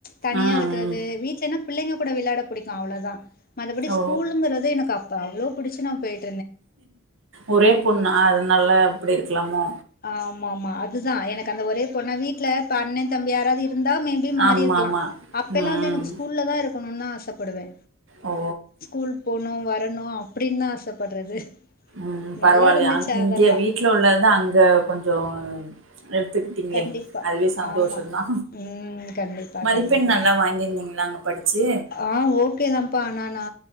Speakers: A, on the left; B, on the right.
A: தனியாருக்கிறது
B: ஆ ம்
A: விட்லன்னா பிள்ளைங்க கூட விளாட புடிக்கு அவ்ளோ தா மத்தபடி
B: ஓ
A: ஸ்கூலுங்கிறது எனக்கு அப்ப அவ்ளோ பிடிச்சு நா போய்ட்டு
B: ஒரே பொண்ணா அதுனால அப்டி இருக்கலாமோ
A: ஆமா ஆமா அது தா எனக்கு அந்த ஒரே பொண்ணா வீட்ல இப்ப அண்ணே தம்பி யாராது இருந்தா மேபி மாறிருக்கலா
B: ஆமா ஆமா
A: அப்ப
B: ம்
A: எல்லா வந்து எனக்கு ஸ்கூல்ல தா இருக்கணுனு ஆசப்படுவே
B: ஓ
A: ஸ்கூல் போணு வரணு அப்டின்னு தா ஆசப்பட்றது
B: ம் பரவால்ல
A: நல்லா இருந்துச்சு
B: அங் இங்க
A: அதெல்லா
B: வீட்ல உள்ளதுதா அங்க கொஞ்சோ எடுத்துக்கிட்டீங்ளே
A: கண்டிப்பா
B: அதுவே சந்தோஷோந்
A: ஆமா
B: தா
A: ம் கண்டிப்பா
B: மதிப்பெண்
A: கண்டிப்பா
B: நல்லா வாங்கியிருந்தீங்ளா அங்க படிச்சு
A: ஆ ஓகே தாம்ப்பா நானு நா